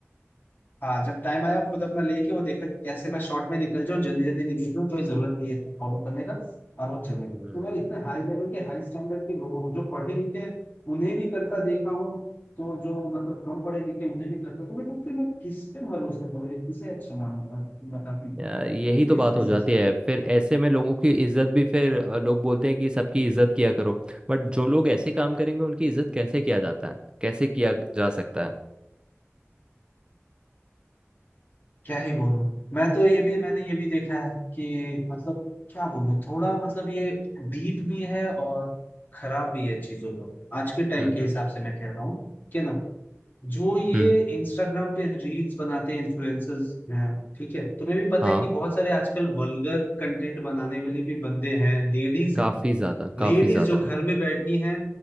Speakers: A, on the left (about 40°); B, on the right (about 20°).
A: हाँ जब टाइम आया खुद अपना लेके वो देखा कि कैसे मैं शॉर्ट में निकल जाऊँ जल्दी जल्दी निकल जाऊँ कोई जरूरत नहीं है इतना फॉलो करने का और वो चले गए
B: हम्म
A: तो मैं इतने हाई लेवल के हाई स्टैंडर्ड के लोगों को जो पढ़े लिखे हैं, उन्हें भी करता देखा हूँ तो जो मतलब कम पढ़े लिखे हैं, उन्हें भी करता तो मैं तो फिर मैं किस पे भरोसा करूँ किसे अच्छा मानूंगा तुम बताओ कि
B: यार यही तो
A: किस
B: बात
A: बेसिस
B: हो जाती
A: पे
B: है फिर ऐसे में लोगों की इज्जत भी फिर अ, लोग बोलते हैं कि सबकी इज्जत किया करो बट जो लोग ऐसे काम करेंगे उनकी इज्जत कैसे किया जाता है कैसे किया जा सकता है
A: क्या ही बोलूं मैं तो ये भी मैंने ये भी देखा है कि मतलब क्या बोलूं थोड़ा मतलब ये डीप भी है और खराब भी है चीजों का आज के टाइम
B: हम्म
A: के
B: हम्म
A: हिसाब से मैं कह रहा हूँ कि ना जो ये
B: हम्म
A: इंस्टाग्राम पे रील्स बनाते हैं इन्फ्लुएंसर्स हैं ठीक है तुम्हें भी पता
B: हाँ
A: है कि बहुत सारे आजकल वल्गर कंटेंट बनाने वाले भी बंदे हैं लेडीज
B: काफी
A: हैं
B: ज्यादा काफी
A: लेडीज
B: ज्यादा
A: जो घर में बैठी हैं